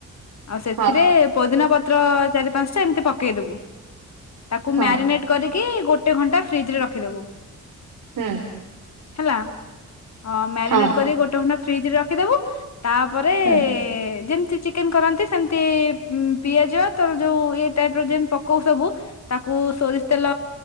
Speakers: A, on the left; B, on the right.
A: ଆଉ ସେଥିରେ
B: ହଁ
A: ପୋଦିନା ପ ତ୍ର ଚାରି ପାଞ୍ଚଟା ଏମିତି ପକେଇ ଦବୁ। ତାକୁ
B: ହଁ
A: ମ୍ୟାରିନେଟ୍ କରିକି ଗୋ ଗୋଟେ ଘଣ୍ଟା ଫ୍ରିଜ ରେ ରଖିଦବୁ
B: ହୁଁ
A: ହେଲା ଅଁ ମ୍ୟାରିନେଟ
B: ହଁ
A: କରିକି ଗୋଟେ ଘଣ୍ଟା ଫ୍ରିଜ ରେ ରଖିଦବୁ ତାପରେ
B: ହୁଁ
A: ଏ ଏ ଯେମିତି ଚିକେନ କରନ୍ତି ସେମତି ଇ ପିଆଜ ତର ଯୋଉ ଇଏ ଟାଇପ ର ଯେମିତି ପକଉ ସବୁ ତାକୁ ସୋରିଷ ତେଲ